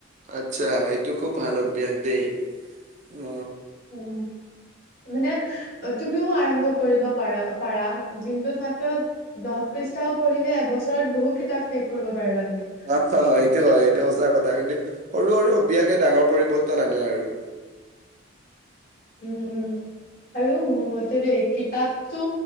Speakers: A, on the right; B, on the left.
A: আচ্ছা এইটো খুব ভাল অভ্যাস দেই অ
B: উম, মানে অ, তুমিও আৰম্ভ কৰিব পাৰা -পাৰা দিনটোত মাত্ৰ দহ পৃষ্ঠাও পঢ়িলে এবছৰত বহু কিতাপ শেষ কৰিব পাৰিবা তুমি।
A: <unintelligible> এইটো হয় এইটো সঁচা কথা কিন্তু সৰু- সৰু অভ্যাসে ডাঙৰ পৰিৱৰ্তন আনে আৰু।
B: উম- উম আৰু মোৰ মতে দেই কিতাপ টো